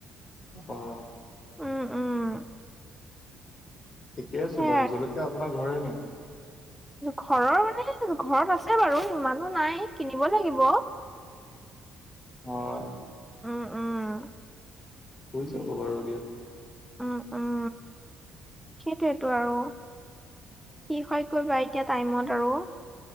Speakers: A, on the left; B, in the centre.
A: অ'।
B: উম, উম।
A: ঠিকে আছে
B: সেয়াই।
A: বাৰু, জলকীয়া আপোনাৰ ঘৰৰে নেকি?
B: ঘৰৰ মানে ঘৰত আছে বাৰু ইমানো নাই কিনিব লাগিব।
A: হয়
B: উম, উম।
A: হৈ যাব বাৰু দিয়া
B: উম উম সেইটোয়েতো আৰু কি হয় কৰিবা এতিয়া টাইমত আৰু